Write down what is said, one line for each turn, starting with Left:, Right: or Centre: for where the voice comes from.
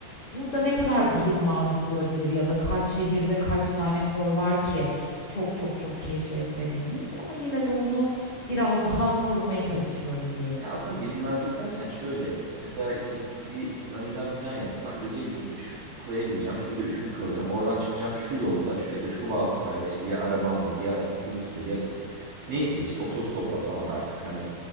Left: burada ne kadar bilinmezlik olabilir ya da kaç şehirde kaç tane koy var ki çok çok çok keşfetmediğimiz ama yine de onu biraz daha korumaya çalışıyorum diyelim.
Right: Ya aslında bilinmezlik derken şöyle. Mesela bir, bir önceden plan yapsan diyeceksin ki şu koya gideceğim. Şurada 3 gün kalacağım. Oradan çıkacağım şu yolla şu, ya da şu vasıtayla işte ya arabamla ya otobüsle ya neyse işte otostopla falan artık hani